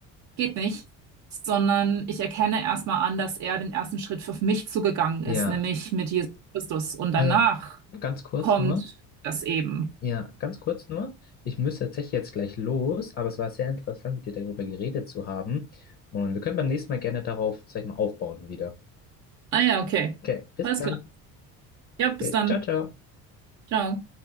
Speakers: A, on the right; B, on the left.
A: geht nicht, sondern ich erkenne erstmal an, dass er den ersten Schritt für mich zugegangen ist,
B: ja.
A: nämlich mit Jesus Christus. Und danach
B: Ah ja, ganz kurz
A: kommt
B: nur.
A: das eben.
B: Ja, ganz kurz nur. Ich müsste tatsächlich jetzt gleich los, aber es war sehr interessant, mit dir darüber geredet zu haben. Und wir können beim nächsten Mal gerne darauf, sag ich mal, aufbauen wieder.
A: Ah ja, okay.
B: Okay, bis
A: Alles
B: dann.
A: klar. Ja, bis
B: Okay,
A: dann.
B: ciao, ciao.
A: Ciao.